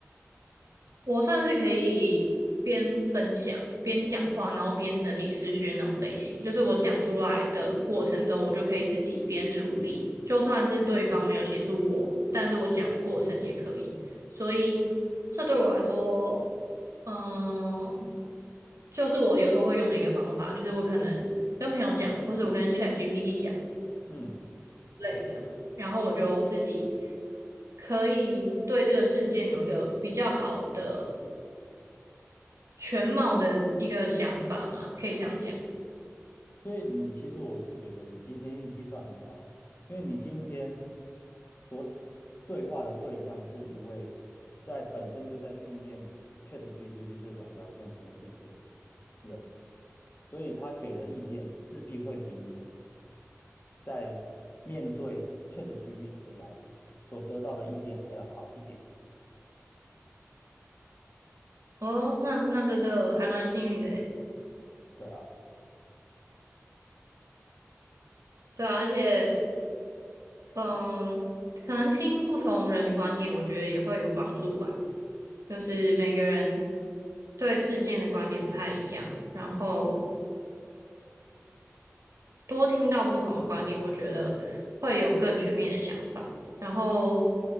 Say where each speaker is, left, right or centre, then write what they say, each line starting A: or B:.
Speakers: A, on the right (about 80°); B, on the left (about 45°).
A: 我算是可以边分享边讲话，然后边整理思绪的那种类型。就是我讲出来的过程中，我就可以自己边处理，就算是对方没有协助我，但是我讲的过程也可以。所以这对我来说，嗯，就是我有时候会用的一个方法，就是我可能跟朋友讲，或是我跟 ChatGPT 讲
B: 嗯。
A: 类的，然后我就自己可以对这个事件有一个比较好的全貌的一个想法嘛，可以这样讲。
B: 所以你其实我是觉得你今天运气算很好，因为你今天所解对话的对象是一位在本身就在训练 ChatGPT 这种聊天程式的人，所以他给的意见势必会比你在面对 ChatGPT 时来所得到的意见还要好一点。
A: 哦，那那真的还蛮幸运的诶。
B: 对啊，
A: 对啊，而且嗯，可能听不同人的观点，我觉得也会有帮助吧。就是每个人对事件的观点不太一样，然后多听到不同的观点，我觉得会有更全面的想法。然后